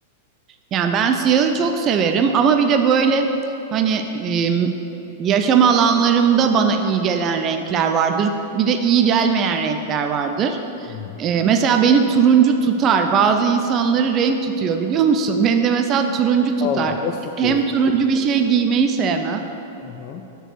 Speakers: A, on the right (about 35°); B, on the left (about 40°).
A: Yani ben siyahı çok severim ama bir de böyle hani e, yaşam alanlarımda bana iyi gelen renkler vardır. Bir de iyi gelmeyen renkler vardır.
B: Hmm.
A: E, mesela beni turuncu tutar. Bazı insanları renk tutuyor biliyor musun? Beni de mesela turuncu tutar.
B: Allah nasıl tutuyor
A: Hem turuncu
B: ya?
A: bir şey giymeyi sevmem
B: Hı hı.